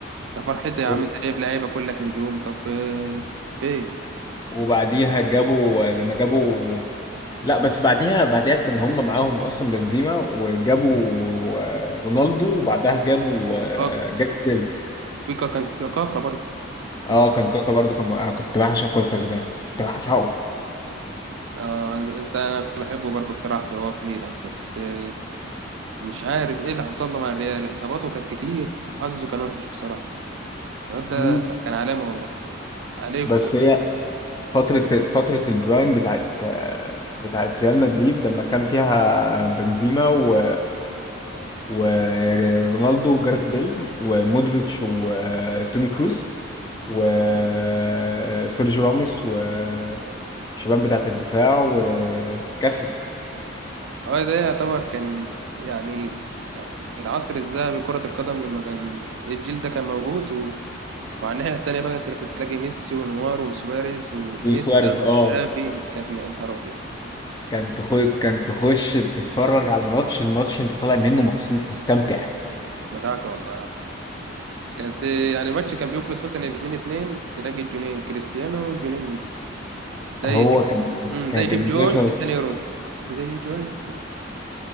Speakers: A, on the right; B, on the left.
A: يا فرحتي يا عم
B: و-
A: انت جايب لعيبه كلك نجوم طب آه، في إيه؟
B: وبعديها جابوا لما جابوا لا بس بعديها بعديها كان هم معاهم اصلا بنزيما وجابوا آه، رونالدو وبعدها جابوا آه،
A: كاكا
B: جاريث بيل
A: في كاكا كاكا برضه يمكن
B: اه كان كوكا برضو كان انا كنت بعشق كوكا زمان كنت بعشقه
A: آه انت انا كنت بحبه برضه بصراحه في هو في ميلان بس آه، مش عارف ايه اللي حصل له مع الريال اصاباته كانت كتير وحظه كان وحش بصراحه الواد ده
B: مم.
A: كان علامه والله عليك
B: بس هي فترة فترة البرايم بتاعت بتاعت ريال مدريد لما كان فيها بنزيما و ورونالدو وجارث بيل ومودريتش وتوني كروس وسيرجيو راموس والشباب بتاعت الدفاع وكاسيس
A: اه ده يعتبر كان يعني العصر الذهبي لكرة القدم لما كان الجيل ده كان موجود و... وعلى الناحية التانية بقى انت كنت تلاقي ميسي ونيمار وسواريز وانيستا
B: وسواريز اه
A: وتشافي كانت م- يا نهار أبيض
B: كان تخش كان تخش تتفرج على الماتش الماتش انت طالع منه مبسوط مستمتع
A: مدعكة والله يا عم كانت يعني الماتش كان بيخلص مثلا 2 2 تلاقي الجونين كريستيانو وجونين ميسي ده
B: هو
A: يجيب
B: كان
A: أمم،
B: كانت
A: ده يجيب
B: الماتش
A: جون الثاني يرد ده يجيب جون التاني.